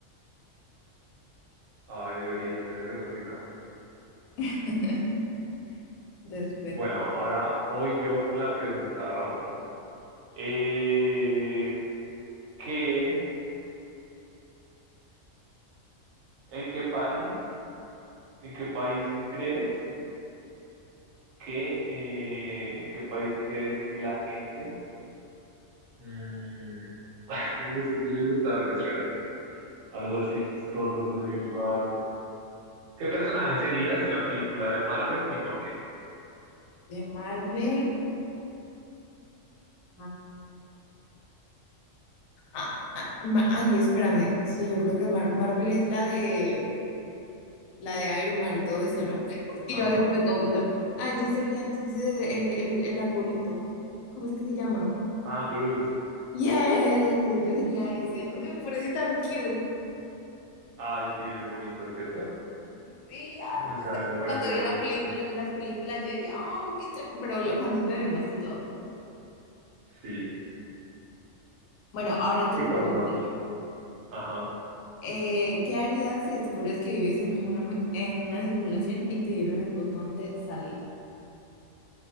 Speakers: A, on the right; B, on the left.
A: Ay, deberías, mira que es muy rica.
B: <laughs> Después
A: Bueno,
B: de,
A: ahora voy yo con la pregunta random. Eh, ¿qué, en qué país, en qué país crees que, eh, en qué país crees que la gente... Mm, <laughs> no, no sé qué preguntarle, espérate. Algo así chistoso, algo así raro. ¿Qué personaje serías en la película de Marvel y por qué?
B: de Marvel. Ah, ah, ma- ay, espérame. Sí, yo creo que Mar- Marvel es la de la de Iron Man y todo esto, ¿no? <laughs> Es que
A: Ajá,
B: yo a veces me confundo.
A: sí.
B: Ah, yo sería entonces eh, el, el arbolito. ¿Cómo es que se llama?
A: Ah, Groot.
B: ¡Yay! Yo sería ese. No sé, me parece tan cute.
A: Ay, sí, es bonito, ¿cierto?
B: Sí, ay,
A: A mí
B: no
A: también
B: sé,
A: me parece
B: Cuando vi
A: bonito.
B: la película, las películas, yo decía, oh, qué ternura. Pero la- cuando es bebé más que todo.
A: Sí.
B: Bueno, ahora te
A: Sí,
B: pregunto
A: cuando.
B: yo.
A: Ajá.
B: Eh, ¿qué harías si descubres que vives en una, mu- en una simulación y te dieron el botón de salir?